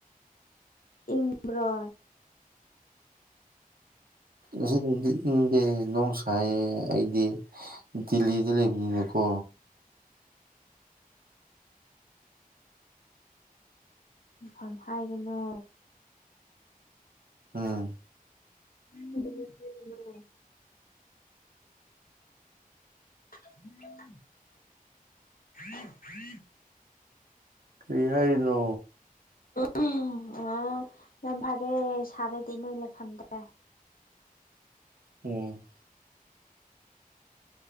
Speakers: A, on the left; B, on the right.
A: ꯁꯤꯝꯔꯣ
B: ꯑꯁꯤꯗꯗꯤ ꯏꯪꯗꯦ ꯅꯣꯡ ꯁꯥꯏꯌꯦ ꯑꯩꯗꯤ ꯗ ꯗ ꯄꯀꯣ
A: ꯃꯐꯝꯐꯝ ꯍꯥꯏꯒꯅꯨ
B: ꯎꯝ
A: ꯎꯅ ꯎ ꯐ꯭ꯔꯤ ꯐ꯭ꯔꯤ
B: ꯀꯔꯤꯍꯏꯅꯣ
A: ꯎꯝ ꯑꯣ ꯌꯥꯝ ꯐꯔꯦ ꯁꯥꯔꯗꯤ ꯅꯣꯏ ꯂꯩꯐꯝꯗꯦ
B: ꯎꯝ